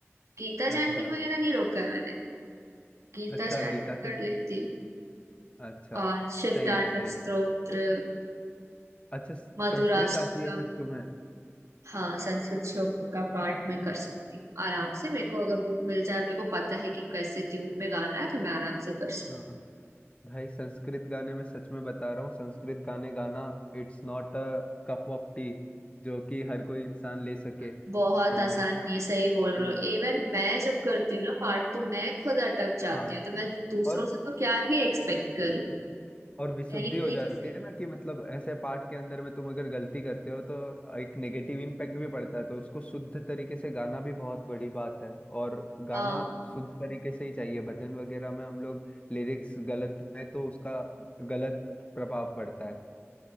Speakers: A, on the right; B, on the left.
A: गीता
B: अच्छा
A: चैंटिंग वगैरह नहीं रोका है मैंने गीता
B: अच्छा
A: चैंटिंग
B: गीता
A: कर
B: सेन
A: लेती हूँ
B: अच्छा
A: और शिव
B: सही
A: तांडव
B: है सही
A: स्तोत्र
B: है अच्छा
A: मधुराष्टकम
B: संस्कृत आती है फिर तुम्हें
A: हाँ संस्कृत श्लोक का पाठ मैं कर सकती हूँ आराम से मेरे को अगर बुक मिल जाए मेरे को पता है कि कैसे ट्यून में गाना है तो मैं आराम से कर सकती
B: हाँ भाई संस्कृत गाने में सच में बता रहा हूँ संस्कृत गाने गाना it's not a cup of tea जो कि हर कोई इंसान ले सके
A: हूँ। बहुत
B: समझे
A: आसान नहीं है सही बोल
B: हम्म
A: रहे हो इवन मैं जब करती हूँ ना पाठ तो मैं खुद अटक जाती
B: हाँ
A: हूँ तो मैं दूसरों
B: और
A: से तो क्या ही एक्सपेक्ट करूँ
B: और विशुद्धि
A: कहीं कहीं
B: हो जाती
A: जैसे
B: है ना कि मतलब ऐसे पाठ के अंदर में तुम अगर गलती करते हो तो एक नेगेटिव इम्पैक्ट भी पड़ता है तो उसको शुद्ध तरीके से गाना भी बहुत बड़ी बात है और
A: हाँ
B: गाना शुद्ध तरीके से ही चाहिए भजन वगैरह में हम लोग लिरिक्स गलत गाएं तो उसका गलत प्रभाव पड़ता है